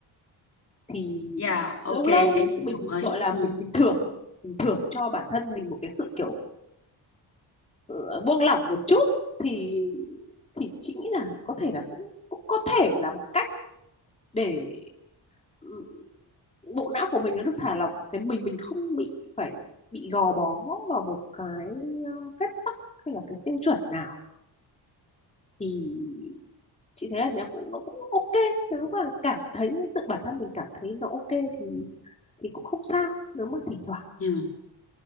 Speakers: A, on the left; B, on the left.
A: thì
B: dạ ok
A: lâu
B: em
A: lâu
B: cũng
A: mình
B: đồng
A: gọi
B: ý
A: là
B: ừ
A: mình bình thường mình thưởng cho bản thân mình một cái sự kiểu ờ, buông lỏng một chút thì thì chị nghĩ là có thể là cũng cũng có thể là một cách để ừ, bộ não của mình nó được thả lỏng cái mình mình không bị phải bị gò bó vào một cái ờ, phép tắc hay là cái tiêu chuẩn nào thì chị thấy là nếu cũng nó cũng ok nếu mà cảm thấy tự bản thân mình cảm thấy nó ok thì thì cũng không sao nếu mà thỉnh thoảng
B: ừ